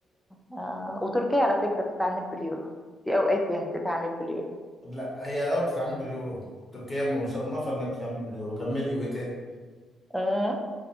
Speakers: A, in the centre; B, on the left.
A: آه. وتركيا على فكرة بتتعامل باليورو في اوقات يعني بتتعامل باليورو
B: لا هي اه بتتعامل باليورو تركيا مصنفه انها بتتعامل باليورو كملي وايه تاني
A: اه